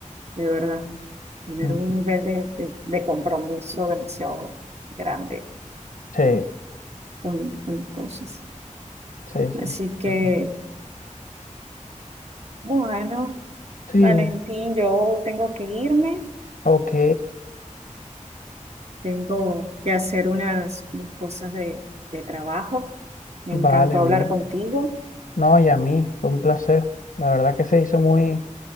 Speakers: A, on the right; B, on the left.
A: de verdad. Tener
B: Mm.
A: un nivel de, de de compromiso demasiado grande.
B: Sí,
A: un montón de cosas.
B: sí,
A: Así
B: sí. Sí,
A: que,
B: total.
A: bueno,
B: Sí,
A: Valentín, yo tengo que irme,
B: ok,
A: tengo que hacer unas, unas cosas de, de trabajo. Me
B: vale,
A: encantó hablar
B: bien.
A: contigo.
B: No, y a mí, fue un placer. La verdad que se hizo muy